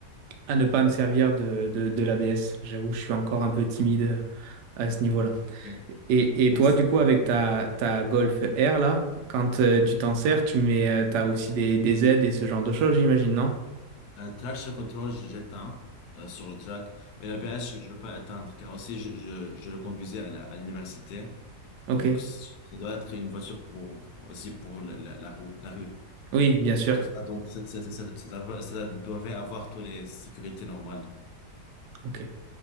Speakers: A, on the right (about 80°); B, on the left (about 75°).
A: à ne pas me servir de, de, de l'ABS. J'avoue, je suis encore un peu timide euh, à ce niveau-là.
B: Ok.
A: Et, et
B: Mais
A: toi,
B: c'est-
A: du coup, avec ta, ta Golf R, là, quand euh, tu t'en sers, tu mets, euh, t'as aussi des, des aides et ce genre de choses, j'imagine, non?
B: euh, traction control, je- j'éteins euh, sur le track. Mais l'ABS, je ne peux pas éteindre. Car aussi, je, je, je le conduisais à la- à l'université.
A: Ok.
B: Donc, ça doit être une voiture pour, aussi pour la, la, la roue, la rue
A: Oui, bien sûr.
B: et tout ça. Donc, ça, ça, ça, ça, ça doit ça doit avoir toutes les sécurités normales.
A: Ok.